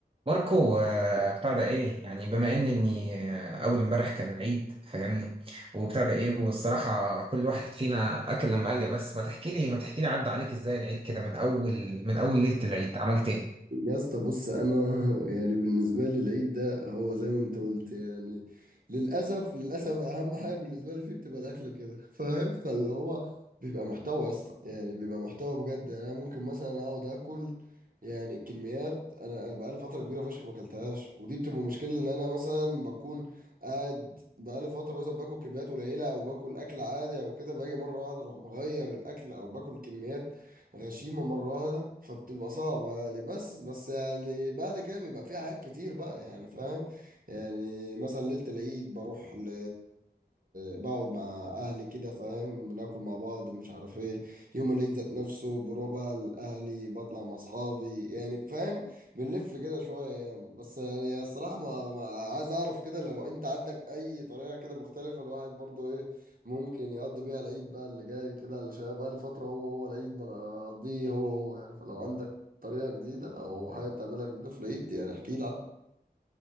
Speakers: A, on the right; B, on the right.
A: ماركو آه، بتاع ده ايه يعني بما ان اني آه، اول امبارح كان العيد فاهمني وبتاع ده ايه والصراحه كل واحد فينا اكل لما قال يا بس ما تحكي لي ما تحكي لي عدى عليك ازاي العيد كده من اول من اول ليله العيد عملت ايه
B: يا اسطى بص انا يعني بالنسبه لي العيد ده هو زي ما انت قلت يعني للاسف للاسف اهم حاجه بالنسبه لي فيه بتبقى الاكل كده فاهم فاللي هو بيبقى محتوى يا اسطى يعني بيبقى محتوى بجد يعني انا ممكن مثلا اقعد اكل يعني كميات انا انا بقالي فتره كبيره فشخ ما اكلتهاش ودي بتبقى مشكله ان انا مثلا بكون قاعد بقالي فتره مثلا باكل كميات قليله او باكل اكل عادي او كده باجي مره واحده اروح مغير الاكل او باكل كميات غشيمة مرة واحدة فبتبقى صعبة يعني بس بس يعني بعد كده بيبقى في حاجات كتير بقى يعني فاهم يعني مثلا ليلة العيد بروح ل... بقعد مع أهلي كده فاهم بناكل مع بعض مش عارف ايه يوم العيد ذات نفسه بروح بقى لأهلي بطلع مع أصحابي يعني فاهم بنلف كده شوية يعني بس يعني الصراحة ما... ما عايز أعرف كده لو أنت عندك أي طريقة كده مختلفة الواحد برضو إيه ممكن يقضي بيها العيد بقى اللي جاي كده على شويه بقى لفتره هو هو العيد بقضيه هو هو يعني فلو عندك طريقه جديده او حاجه بتعملها جديده في العيد يعني احكي لي عنها